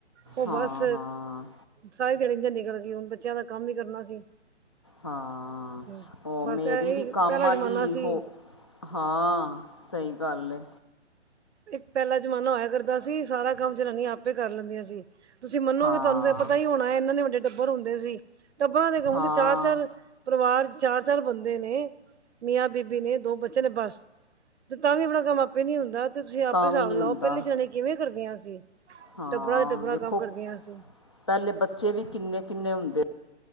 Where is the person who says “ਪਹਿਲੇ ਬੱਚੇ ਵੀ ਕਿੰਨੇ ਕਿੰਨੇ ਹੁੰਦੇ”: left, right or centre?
Left